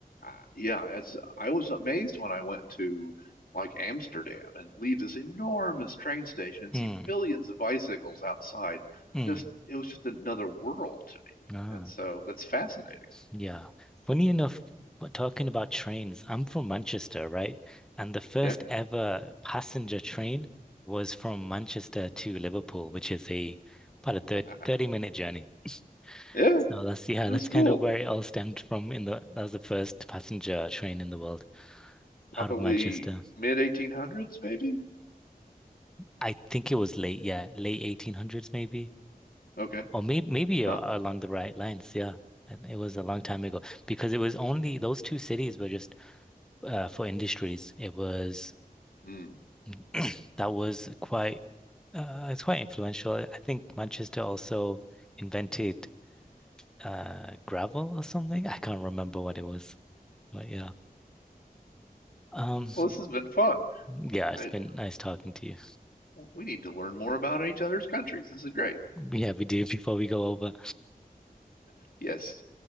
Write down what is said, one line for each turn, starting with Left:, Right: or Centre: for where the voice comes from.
Left: uh, yeah, it's. I was amazed when I went to like Amsterdam and leave this enormous train station and
Centre: mm,
Left: see billions of bicycles outside.
Centre: mm.
Left: Just, it was just another world to me.
Centre: Ah,
Left: And so that's fascinating.
Centre: yeah. Funny enough, but talking about trains, I'm from Manchester, right? And the first
Left: Yeah.
Centre: ever passenger train was from Manchester to Liverpool, which is a about a thirty
Left: <laughs>
Centre: thirty minute journey.
Left: Yeah,
Centre: So that's yeah,
Left: that's
Centre: that's
Left: cool.
Centre: kind of where it all stemmed from in the that was the first passenger train in the world
Left: Probably
Centre: out of Manchester.
Left: mid 1800s, maybe?
Centre: I think it was late, yeah, late 1800s maybe.
Left: Okay.
Centre: Or maybe maybe
Left: Huh.
Centre: a- along the right lines, yeah. And It was a long time ago because it was only those two cities were just uh, for industries. It was
Left: Mm.
Centre: <clears throat> that was quite uh, it's quite influential. I think Manchester also invented uh, gravel or something. I can't remember what it was, but yeah. um.
Left: Well, this has been fun.
Centre: Yeah, it's
Left: I
Centre: been nice talking to you.
Left: we need to learn more about each other's countries. This is great.
Centre: Yeah, we do. <laughs> Before we go over,
Left: Yes.